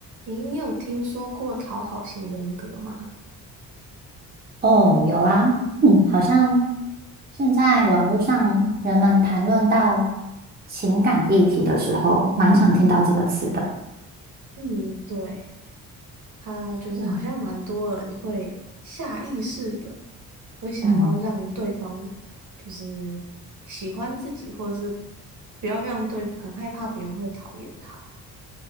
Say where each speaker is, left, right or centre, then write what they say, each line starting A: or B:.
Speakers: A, on the right (about 45°); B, on the right (about 20°).
A: 诶，你有听说过讨好型人格吗？
B: 哦，有啊，嗯，好像现在网络上人们谈论到情感议题的时候，蛮常听到这个词的。
A: 嗯，对，他就是好像蛮多人会下意识的
B: 嗯，
A: 会想要让对方就是喜欢自己，
B: 嗯
A: 或者是不要让对，很害怕别人会讨厌他。